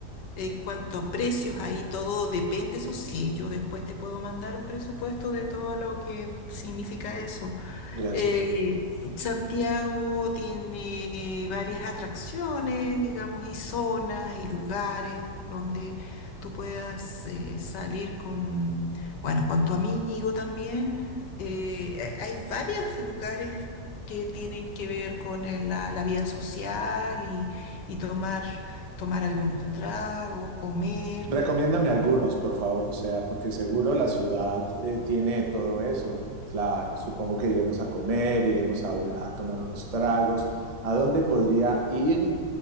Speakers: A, on the left; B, on the right.
A: En cuanto a precios, ahí todo depende, eso sí, yo después te puedo mandar un presupuesto de todo lo que significa eso.
B: Gracias.
A: Eh, Santiago tiene eh, varias atracciones, digamos, y zonas y lugares donde tú puedas eh, salir con, bueno, con tu amigo también. Eh, hay varios lugares que tienen que ver con el- la, la vida social y, y tomar, tomar algunos tragos, comer.
B: Recomiéndame algunos, por favor, o sea, porque seguro la ciudad eh, tiene todo eso. Claro, supongo que iremos a comer, iremos a, be- a tomar unos tragos. ¿A dónde podría ir?